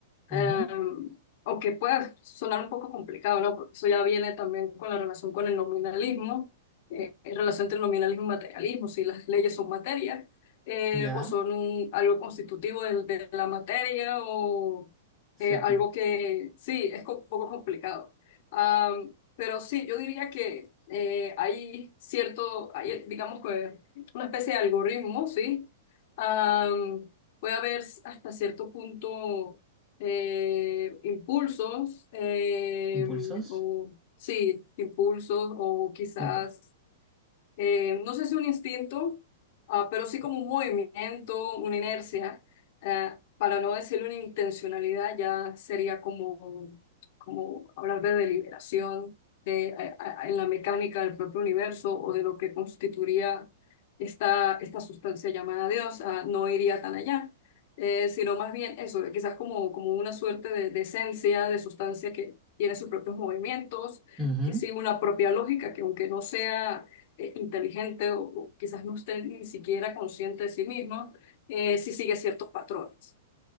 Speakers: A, in the centre; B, on the left.
A: Ajá,
B: Em, aunque pueda sonar un poco complicado, ¿no? Porque eso ya viene también con la relación con el nominalismo, eh, relación entre nominalismo y materialismo, si las leyes son materia, eh,
A: ya.
B: o son un- algo constitutivo del- de, la materia, o
A: Sí,
B: eh, algo
A: po.
B: que sí, es co- un poco complicado. Am, pero sí, yo diría que eh, hay cierto, hay, digamos que una especie de algoritmo, ¿sí? Am, puede haber hasta cierto punto eh, impulsos, eh,
A: impulsos.
B: o sí, impulsos, o quizás
A: Epa.
B: eh, no sé si un instinto, ah, pero sí como un movimiento, una inercia, eh, para no decir una intencionalidad, ya sería como, como hablar de deliberación de, eh, a- a- en la mecánica del propio universo o de lo que constituiría esta, esta sustancia llamada Dios, ah, no iría tan allá. eh, sino más bien eso, de quizás como, como una suerte de, de esencia, de sustancia que tiene sus propios movimientos,
A: Ujú,
B: que sigue una propia lógica, que aunque no sea eh, inteligente o, o quizás no esté ni siquiera consciente de sí mismo, eh, si sigue ciertos patrones.